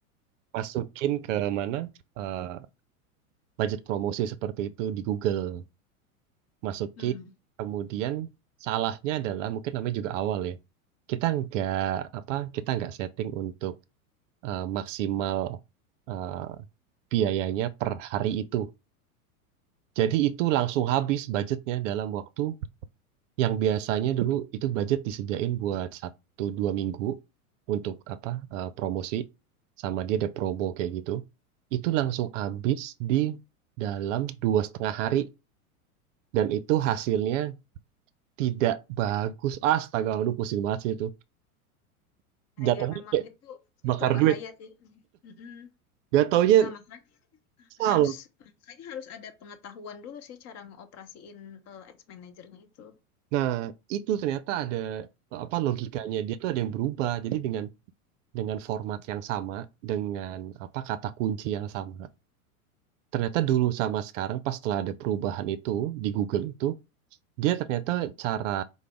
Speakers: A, on the right (about 60°); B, on the left (about 35°).
A: masukin ke mana eh, budget promosi seperti itu di Google masukin
B: hmm.
A: kemudian salahnya adalah mungkin namanya juga awal ya kita nggak apa kita nggak setting untuk eh, maksimal eh, biayanya per hari itu jadi itu langsung habis budgetnya dalam waktu yang biasanya dulu itu budget disediain buat satu dua minggu untuk apa eh, promosi sama dia ada promo kayak gitu itu langsung habis di dalam dua setengah hari dan itu hasilnya tidak bagus astaga aduh pusing banget sih itu
B: Nah,
A: jatuhnya
B: ya memang
A: kayak
B: itu
A: bakar
B: itu bahaya
A: duit
B: sih. Mm-mm.
A: gak taunya
B: Nah, makanya
A: salah
B: harus makanya harus ada pengetahuan dulu sih cara ngoperasiin eh, ads manajernya itu.
A: nah itu ternyata ada eh, apa logikanya dia tuh ada yang berubah jadi dengan dengan format yang sama dengan apa kata kunci yang sama ternyata dulu sama sekarang pas setelah ada perubahan itu di Google itu dia ternyata cara